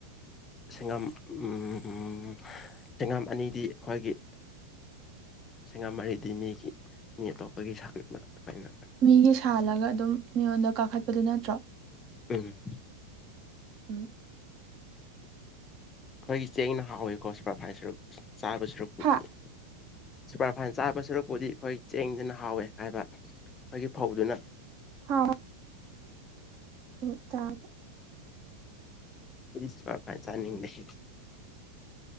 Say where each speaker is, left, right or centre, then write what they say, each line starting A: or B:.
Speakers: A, on the left (about 20°); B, on the right (about 40°).
A: ꯁꯦꯡꯉꯝ ꯎꯝ ꯁꯦꯡꯉꯝ ꯑꯅꯤꯗꯤ ꯑꯩꯈꯣꯏꯒꯤ
B: <inaudible>
A: ꯁꯦꯡꯉꯝ ꯃꯔꯤꯗꯤ ꯃꯤꯒꯤ ꯃꯤ ꯑꯇꯣꯞꯄꯒꯤ ꯁꯥꯟꯕ ꯑꯩꯅ
B: ꯃꯤꯒꯤ ꯁꯥꯜꯂꯒ ꯑꯗꯨꯝ ꯃꯤꯉꯣꯟꯗ ꯀꯥꯈꯠꯄꯗꯣ ꯅꯠꯇ꯭ꯔꯣ
A: ꯎꯝ
B: ꯎꯝ
A: ꯑꯩꯈꯣꯏꯒꯤ ꯆꯦꯡꯅ ꯍꯥꯎꯋꯦꯀꯣ ꯁꯨꯄꯔꯐꯥꯢꯟꯁꯨ ꯆꯥꯕ ꯁꯔꯨꯛꯄꯨꯗꯤ
B: ꯍꯥ
A: ꯁꯨꯄꯔꯐꯥꯏꯟ ꯆꯥꯕ ꯁꯔꯨꯛꯄꯨꯗꯤ ꯑꯩꯈꯣꯏ ꯆꯦꯡꯗꯨꯅ ꯍꯥꯎꯋꯦ ꯍꯥꯏꯕ ꯑꯩꯈꯣꯏꯒꯤ ꯐꯧꯗꯨꯅ
B: ꯍꯥꯎꯋꯦ ꯎ ꯇꯥꯒ
A: ꯑꯩꯗꯤ ꯁꯨꯄꯔꯐꯥꯢꯟ ꯆꯥꯅꯤꯡꯗꯦꯍꯦ